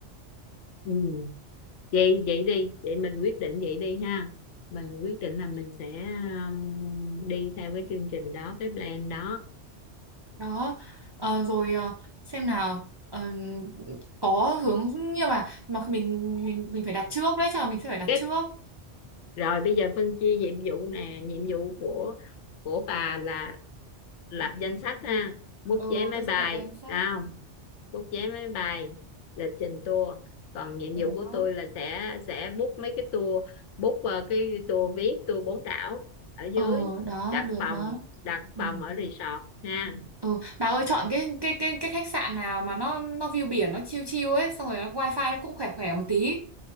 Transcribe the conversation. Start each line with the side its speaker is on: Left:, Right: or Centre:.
Left: ừ vậy vậy đi vậy mình quyết định vậy đi ha mình quyết định là mình sẽ ờ, đi theo cái chương trình đó cái plan đó
Right: đó Ờ, rồi ờ, xem nào Ờ, có hướng nhưng mà mà mình mình mình phải đặt trước đấy chắc là mình sẽ phải đặt
Left: cái
Right: trước
Left: rồi bây giờ phân chia nhiệm vụ nè nhiệm vụ của của bà là lập danh sách ha bút
Right: ừ
Left: vé máy
Right: tôi
Left: bay
Right: sẽ lập danh sách
Left: ha bút vé máy bay lịch trình tour còn nhiệm
Right: ừ
Left: vụ của
Right: đó
Left: tôi là sẽ sẽ book mấy cái tour book ờ, cái tour viết tour bốn đảo ở dưới
Right: ờ đó
Left: đặt
Right: được
Left: phòng
Right: đó
Left: đặt
Right: ừ.
Left: phòng ở resort ha
Right: ừ. bà ơi chọn cái cái cái cái khách sạn nào mà nó nó view biển nó chill chill ấy xong rồi nó wifi nó cũng khỏe khỏe một tí